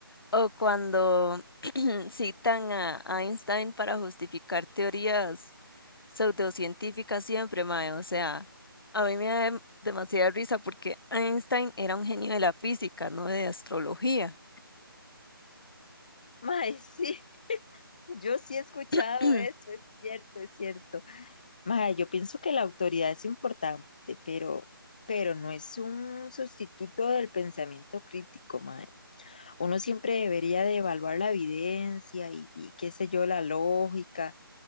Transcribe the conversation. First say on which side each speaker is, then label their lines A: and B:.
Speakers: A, on the left; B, on the left.
A: O cuando <clears throat> citan a Einstein para justificar teorías pseudocientíficas siempre, mae. O sea, a mí me da dem- demasiada risa porque Einstein era un genio de la física, no de astrología.
B: <laughs> Mae, sí. Yo sí he escuchado
A: <clears throat>
B: eso, es cierto, es cierto. Mae, yo pienso que la autoridad es importante, pero, pero no es un sustituto del pensamiento crítico, mae. Uno siempre debería de evaluar la evidencia y, y qué sé yo, la lógica.